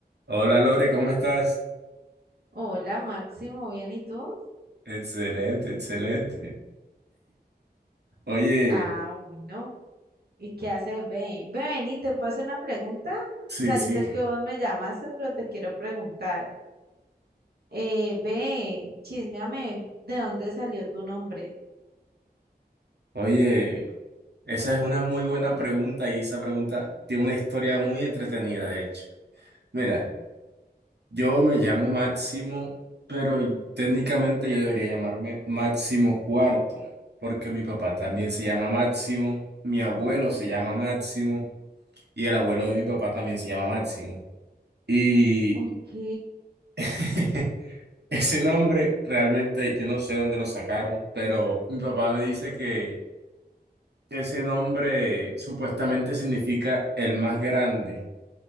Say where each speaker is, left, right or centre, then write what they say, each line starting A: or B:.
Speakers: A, on the right (about 85°); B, on the right (about 70°).
A: Hola Lore, ¿cómo estás?
B: Hola Máximo, ¿bien y tú?
A: Excelente, excelente. Oye,
B: Ah, bueno. ¿Y qué haces, Ben? Ben, y te puedo hacer una pregunta.
A: Sí,
B: O sea,
A: sí.
B: yo sé que vos me llamaste, pero te quiero preguntar. Eh, ve, chisméame, ¿de dónde salió tu nombre?
A: oye, esa es una muy buena pregunta y esa pregunta tiene una historia muy entretenida, de hecho. Mira, yo me llamo Máximo, pero técnicamente yo debería llamarme Máximo Cuarto, porque mi papá también se llama Máximo, mi abuelo se llama Máximo y el abuelo de mi papá también se llama Máximo. Y
B: Ok,
A: <laughs> <laughs> Ese nombre realmente yo no sé dónde lo sacaron, pero mi papá me dice que ese nombre supuestamente significa el más grande